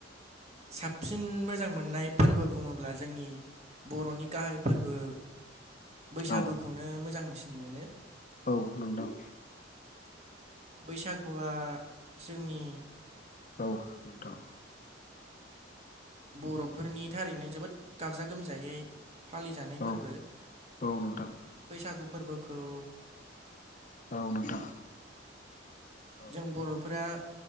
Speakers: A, on the right; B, on the left.
A: साबसिन मोजां मोननाय फोरबो बुङोब्ला जोंनि बर'नि गाहाय फोरबो बैसागुखौनो
B: औ
A: मोजांसिन मोनो।
B: औ नोंथां।
A: बैसागुआ जोंनि
B: औ नोंथां
A: बर'फोरनि थारैनो जोबोद गाबजा गोमजायै। फालिजानाय
B: औ
A: फोरबो
B: औ नोंथां
A: बैसागु फोरबोखौ
B: औ नोंथां। औ
A: जों बर'फोरा